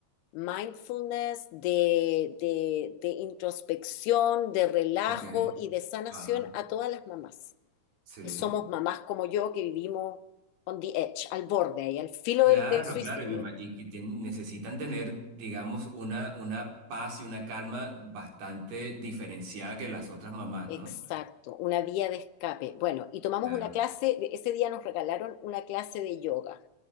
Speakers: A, on the left (about 85°); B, on the right (about 80°).
A: mindfulness, de, de, de introspección, de relajo
B: ok,
A: y de sanación
B: ajá,
A: a todas las mamás.
B: sí.
A: somos mamás como yo que vivimos on the edge, al borde ahí, al filo
B: Claro,
A: del, del suicidio.
B: claro, y, me ima- y que tien- necesitan tener, digamos, una, una paz y una calma bastante diferenciada que las otras mamás,
A: Exacto,
B: ¿no?
A: una vía de escape. Bueno, y tomamos
B: Claro,
A: una clase, ese día nos regalaron una clase de yoga,